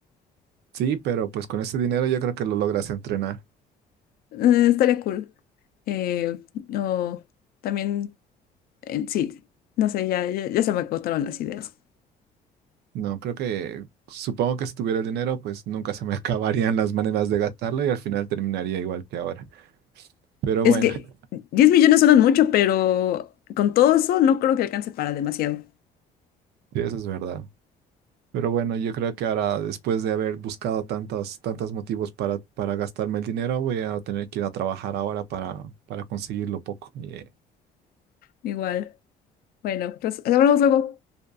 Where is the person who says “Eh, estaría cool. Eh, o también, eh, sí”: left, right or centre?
Left